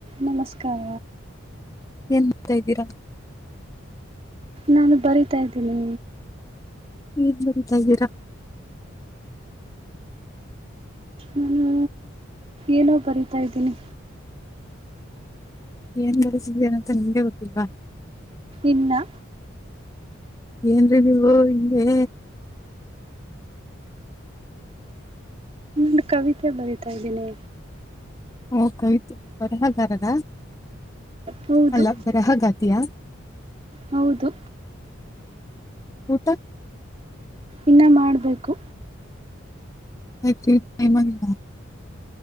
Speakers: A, on the right; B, on the left.
A: ನಮಸ್ಕಾರ
B: ಏನ್ ಮಾಡ್ತಾ ಇದ್ದೀರಾ
A: ನಾನು ಬರೀತಾ ಇದ್ದೀನಿ
B: ಏನ್ ಬರಿತಾ ಇದ್ದೀರಾ.
A: ನಾನು ಏನೋ ಬರಿತಾ ಇದಿನಿ.
B: ಏನ್ ಬರೀಸಿದ್ದೀರಾ ಅಂತ ನಿಮ್ಗೆ ಗೊತ್ತಿಲ್ವಾ.
A: ಇನ್ನ
B: ಏನ್ರರಿ ನೀವು ಹಿಂಗೇ
A: ದ ಕವಿತೆ ಬರೀತಾ ಇದ್ದೀನಿ.
B: ಓ ಕವಿತೆ ಬರಹಗಾರರ
A: ಹೌದು
B: ಅಲ್ಲ ಬರಹಗತಿಯಾ
A: ಹೌದು.
B: ಊಟ.
A: ಇನ್ನ ಮಾಡಬೇಕು.
B: <unintelligible>